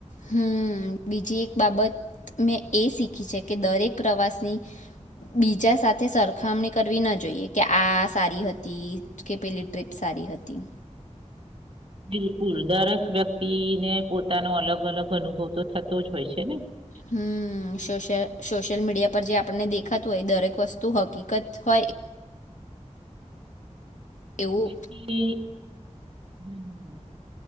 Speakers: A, on the left; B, on the right.
A: હમ્મ, બીજી એક બાબત મેં એ શીખી છે કે, દરેક પ્રવાસની બીજા સાથે સરખામણી કરવી ના જોઈએ કે, આ સારી હતી કે, પેલી ટ્રીપ સારી હતી.
B: બિલકુલ. દરેક વ્યક્તિને પોત તાનો અલગ અલગ અનુભવ તો થતો જ હોય છે ને.
A: હમ્મ, સોશ્ય સોશ્યલ મીડિયા પર જે આપણને દેખાતું હોય દરેક વસ્તુ હકીકત હોય એવું
B: એથી હમ,